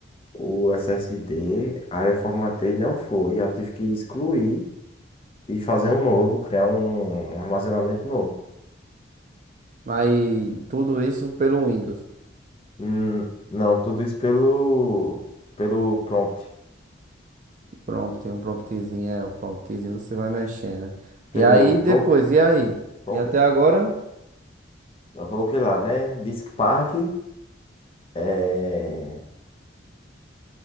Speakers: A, on the left; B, on the right.
A: o SSD, aí eu formatei e não foi. Eu tive que excluir e fazer um novo, criar um, um armazenamento novo.
B: Mas tudo isso pelo Windows.
A: Hum, não, tudo isso pelo, pelo prompt,
B: Prompt, tem um promptzinho, é, o promptzinho você vai mexendo.
A: pelo
B: E aí depois,
A: prompt,
B: e aí?
A: prompt.
B: E até agora?
A: Eu coloquei lá, né? Disk Park, é...